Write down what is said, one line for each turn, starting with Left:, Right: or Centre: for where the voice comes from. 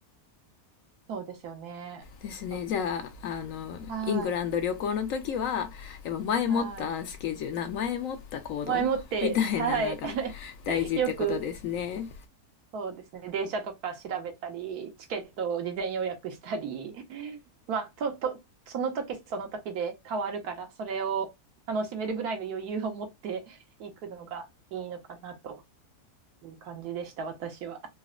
Right: そうですよね。
Left: ですねじゃああのイングランド旅行の時はやっぱ前もったスケジュールな前もった行動みたいなのが
Right: そうはい、はい。前もって、はい。
Left: 大事ってことですね
Right: <laughs> よくそうですね。電車とか調べたり、チケットを事前予約したり、まあ、と、と、その時その時で変わるから、それを楽しめるぐらいの余裕を持っていくのがいいのかなという感じでした、私は。